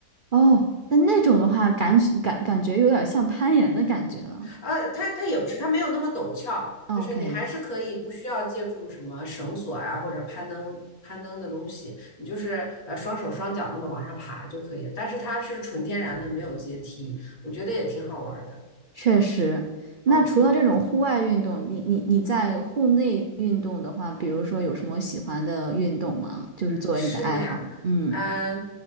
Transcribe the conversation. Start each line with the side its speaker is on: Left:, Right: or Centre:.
Right: 哦，那那种的话，感感感觉有点像攀岩的感觉了。
Left: 呃，它它也不是，它没有那么陡峭，
Right: OK，
Left: 就是你还是可以不需要借助什么绳索啊或者攀登攀登的东西，你就是呃双手双脚那么往上爬就可以了但是它是纯天然的，没有阶梯，我觉得也挺好玩的。
Right: 确实。那除了这种户外运动，
Left: 嗯，
Right: 你你你在户内运动的话，比如说有什么喜欢的运动吗？就是作为你的爱好。
Left: 室内啊，
Right: 嗯，
Left: 嗯